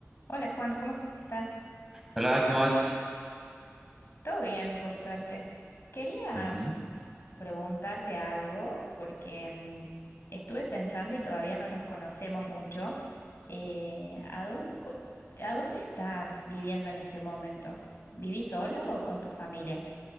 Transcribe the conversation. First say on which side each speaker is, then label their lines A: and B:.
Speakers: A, on the left; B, in the centre.
A: Hola Juan, ¿cómo estás?
B: Hola, ¿cómo vas?
A: Todo bien, por suerte. Quería
B: Ujú.
A: preguntarte algo porque mm, estuve pensando y todavía no nos conocemos mucho. Eh, ¿a dónde, co- a dónde estás viviendo en este momento? ¿Vivís solo o con tu familia?